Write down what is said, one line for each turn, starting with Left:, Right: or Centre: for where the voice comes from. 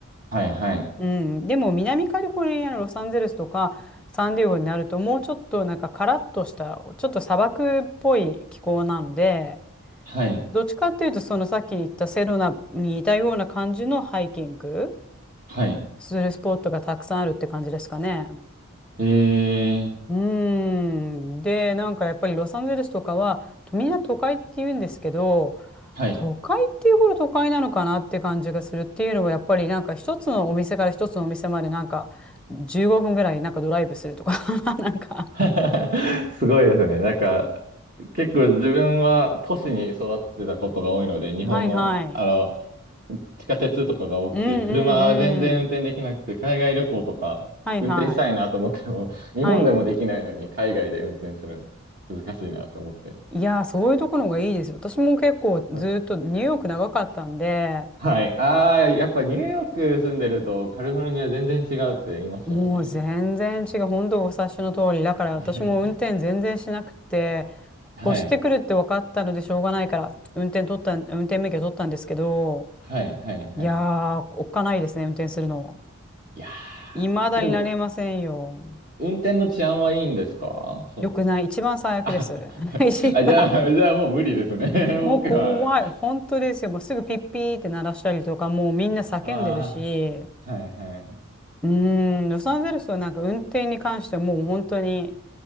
Right: はいはい。
Centre: うん、でも南カリフォルニアのロサンゼルスとかサンディエゴになるともうちょっとなんかカラッとしたちょっと砂漠っぽい気候なので
Right: はい。
Centre: どっちかっていうとそのさっき言ったセロナに似たような感じのハイキング
Right: はい。
Centre: するスポットがたくさんあるって感じですかね。
Right: えー、
Centre: うーん。で、なんかやっぱりロサンゼルスとかは、みんな都会って言うんですけど、
Right: はい。
Centre: 都会っていうほど都会なのかなって感じがするっていうのは、やっぱりなんか一つのお店から一つのお店までなんか15分ぐらいなんかドライブするとか <laughs> なんか。
Right: <laughs> すごいですね。なんか、結構自分は都市に育ってたことが多いので、日本の、
Centre: はいはい。
Right: あの、地下鉄とかが多くて、
Centre: うんうんうん。
Right: 車は全然運転できなくて、海外旅行とか運転したいなと思っても、
Centre: はいはい。
Right: <laughs> 日本でもできないのに海外で運転するの難しいなと思って。
Centre: はい。いやー、そういうところがいいですよ。私も結構ずっとニューヨーク長かったんで、
Right: うんはい。ああ、やっぱニューヨーク住んでるとカリフォルニア全然違うって言いますよね。
Centre: もう全然違う。本当お察しの通り。だから私も運転全然しなくて、
Right: <laughs> はい。
Centre: 越してくるって分かったのでしょうがないから、運転取ったん、運転免許取ったんですけど、
Right: はいはいはい。
Centre: いやー、おっかないですね、運転するの。
Right: いや
Centre: 未だになれませんよ。
Right: ー、でも、運転の治安はいいんですかその、
Centre: よくない。一番最悪です。
Right: あ、
Centre: <laughs> 一番。
Right: <laughs> あ、じゃあ、<laughs> じゃあもう無理ですね。<laughs>
Centre: もう怖い。
Right: 僕は。
Centre: 本当ですよ。もうすぐピッピーって鳴らしたりとか、もうみんな叫んでるし、
Right: ああ、はいはい。
Centre: うーん、ロサンゼルスはなんか運転に関してはもう本当に、